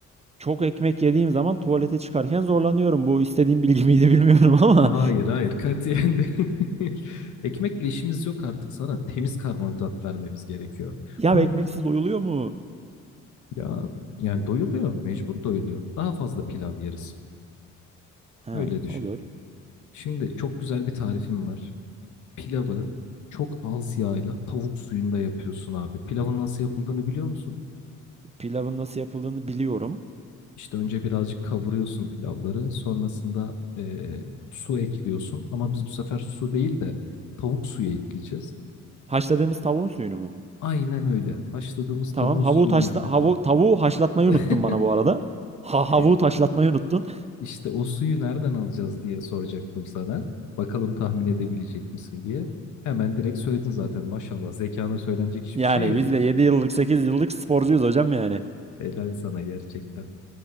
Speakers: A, on the right; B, on the left.
A: çok ekmek yediğim zaman tuvalete çıkarken zorlanıyorum. Bu istediğim bilgi miydi bilmiyorum <laughs> ama
B: Hayır hayır katiyen değil. <laughs> Ekmekle işimiz yok artık sana temiz karbonhidrat vermemiz gerekiyor.
A: ya
B: Bunu
A: ekmeksiz doyuluyor mu?
B: ya yani doyuluyor mecbur doyuluyor. Daha fazla pilav yeriz
A: He,
B: öyle düşün.
A: olur.
B: Şimdi çok güzel bir tarifim var. pilavı çok az yağla tavuk suyunda yapıyorsun abi. Pilavın nasıl yapıldığını biliyor musun?
A: Pilavın nasıl yapıldığını biliyorum.
B: İşte önce birazcık kavuruyorsun pilavları. Sonrasında eee, su ekliyorsun. Ama biz bu sefer su değil de tavuk suyu ekleyeceğiz.
A: Haşladığımız tavuğun suyunu mu?
B: Aynen öyle. Haşladığımız tavuğun
A: Tamam. Havuğu
B: suyunu
A: taşla
B: ekleyeceğiz.
A: havu tavuğu haşlatmayı
B: <laughs>
A: unuttun bana bu arada. Ha
B: E,
A: havuğu taşlatmayı unuttun. <laughs>
B: işte o suyu nereden alacağız diye soracaktım sana. Bakalım tahmin edebilecek misin diye. Hemen direkt söyledin zaten maşallah. Zekana söylenecek hiçbir
A: Yani
B: şey yok.
A: biz de yedi yıllık 8 yıllık sporcuyuz hocam yani.
B: Helal sana gerçekten.